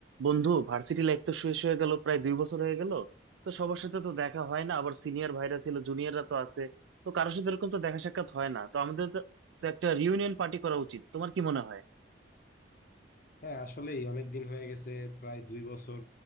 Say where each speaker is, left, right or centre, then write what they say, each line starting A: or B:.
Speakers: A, on the right; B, on the left.
A: বন্ধু varsity life তো শেষ হয়ে গেল প্রায় দুই বছর হয়ে গেল তো সবার সাথে তো দেখা হয় না আবার সিনিয়র ভাইরা ছিল জুনিয়ররা তো আছে তো কারোর সাথে এরকম তো দেখা সাক্ষাৎ হয় না তো আমাদের তো তো একটা রিউনিয়ন পার্টি করা উচিত তোমার কি মনে হয়
B: হ্যাঁ আসলেই অনেক দিন হয়ে গেছে প্রায় দুই বছর